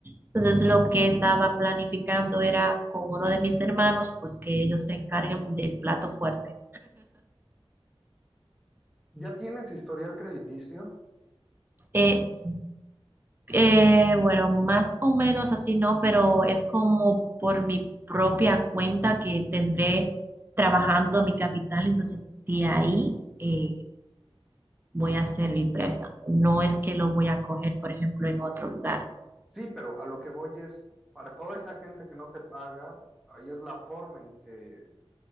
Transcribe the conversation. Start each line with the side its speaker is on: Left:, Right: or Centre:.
Right: Entonces lo que estaba planificando era con uno de mis hermanos, pues que ellos se encarguen del plato fuerte.
Centre: ¿Ya tienes historial crediticio?
Right: Eh, Eh, bueno, más o menos así no, pero es como por mi propia cuenta que tendré trabajando mi capital, entonces de ahí eh, voy a hacer mi préstamo. No es que lo voy a coger, por ejemplo, en otro lugar.
Centre: Sí, pero a lo que voy es, para toda esa gente que no te paga, ahí es la forma en que,